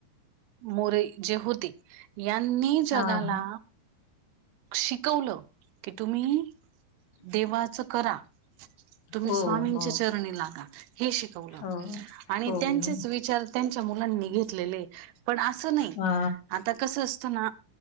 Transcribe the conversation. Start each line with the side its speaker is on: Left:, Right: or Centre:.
Right: मोरे जे होते. यांनी जगाला
Left: हां, हां.
Right: शिकवलं, की तुम्ही देवाचं करा. तुम्ही
Left: हो
Right: स्वामींच्या
Left: हो
Right: चरणी लागा. हे शिक
Left: हो
Right: आणि
Left: हो
Right: त्यांचेच विचार त्यांच्या मुलांनी घेतलेले, पण असं नाही
Left: हा
Right: आता कसं असत ना,